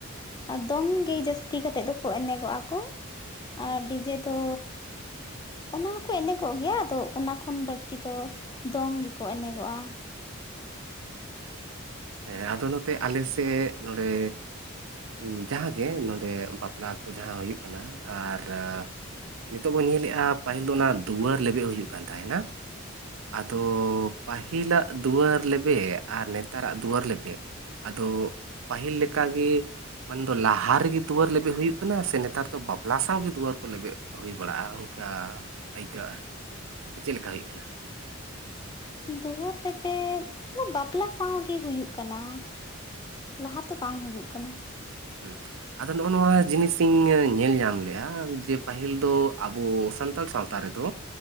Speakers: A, on the left; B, on the right.
A: ᱮ ᱫᱚᱝ ᱜᱮ ᱡᱟᱹᱥᱛᱤ ᱠᱟᱛᱮᱜ ᱫᱚᱠᱚ ᱮᱱᱮᱜᱚ-ᱟ ᱠᱚ᱾ ᱟᱨ ᱰᱤ ᱡᱮ ᱫᱚ ᱚᱱᱟ ᱦᱚᱸ ᱠᱚ ᱮᱱᱮᱜᱚᱜ ᱜᱮᱭᱟ ᱟᱫᱚ ᱚᱱᱟ ᱠᱷᱚᱱ ᱵᱟᱹᱲᱛᱤ ᱫᱚ ᱫᱚᱝ ᱜᱮᱠᱚ ᱮᱱᱮᱜᱚᱜ-ᱟ᱾
B: ᱦᱮᱸ ᱟᱫᱚ ᱱᱚᱛᱮ ᱟᱞᱮ ᱥᱮᱫ ᱱᱚᱰᱮ ᱩᱸ ᱡᱟᱦᱟᱸ ᱜᱮ ᱱᱚᱸᱰᱮ ᱵᱟᱯᱞᱟ ᱠᱚ ᱡᱟᱦᱟᱸ ᱦᱩᱭᱩᱜ ᱠᱟᱱᱟ ᱟᱨ ᱱᱤᱛᱚᱜ ᱵᱚᱱ ᱧᱮᱞᱮᱜ-ᱟ ᱯᱟᱹᱦᱤᱞ ᱫᱚ ᱚᱱᱟ ᱫᱩᱣᱟᱹᱨ ᱞᱮᱵᱮᱜ ᱦᱩᱭᱩᱜ ᱠᱟᱱ ᱛᱟᱦᱮᱱᱟ᱾ ᱟᱫᱚ ᱯᱟᱦᱤᱞᱟᱜ ᱫᱩᱣᱟᱹᱨ ᱞᱮᱵᱮᱜ ᱟᱨ ᱱᱮᱛᱟᱨᱟᱜ ᱫᱩᱣᱟᱹᱨ ᱞᱮᱵᱮᱜ ᱟᱫᱚ ᱯᱟᱦᱤᱞ ᱞᱮᱠᱟ ᱜᱮ ᱢᱮᱱ ᱫᱚ ᱞᱟᱦᱟ ᱨᱮᱜᱮ ᱫᱩᱣᱟᱹᱨ ᱞᱮᱵᱮᱜ ᱦᱩᱭᱩᱜ ᱠᱟᱱᱟ ᱥᱮ ᱱᱮᱛᱟᱨ ᱫᱚ ᱵᱟᱯᱞᱟ ᱥᱟᱶ ᱜᱮ ᱫᱩᱣᱟᱹᱨ ᱠᱚ ᱞᱮᱵᱮᱜ ᱦᱩᱭ ᱵᱟᱲᱟᱜ-ᱟ ᱚᱱᱠᱟ ᱟᱹᱭᱠᱟᱹᱜ-ᱟ, ᱥᱮ ᱪᱮᱫ ᱞᱮᱠᱟ ᱦᱩᱭᱩᱜ ᱠᱟᱱᱟ?
A: ᱫᱩᱣᱟᱹᱨ ᱞᱮᱵᱮᱜ ᱫᱚ ᱵᱟᱯᱞᱟ ᱥᱟᱶ ᱜᱮ ᱦᱩᱭᱩᱜ ᱠᱟᱱᱟ᱾ ᱞᱟᱦᱟ ᱛᱚ ᱵᱟᱝ ᱦᱩᱭᱩᱜ ᱠᱟᱱᱟ᱾
B: ᱦᱩᱸ᱾ ᱟᱫᱚ ᱱᱚᱜ-ᱚ ᱱᱚᱣᱟ ᱡᱤᱱᱤᱥ ᱤᱧ ᱧᱮᱞ ᱧᱟᱢ ᱞᱮᱜ-ᱟ ᱡᱮ ᱯᱟᱦᱤᱞ ᱫᱚ ᱟᱵᱚ ᱥᱟᱱ ᱛᱟᱲ ᱥᱟᱶᱛᱟ ᱨᱮᱫᱚ,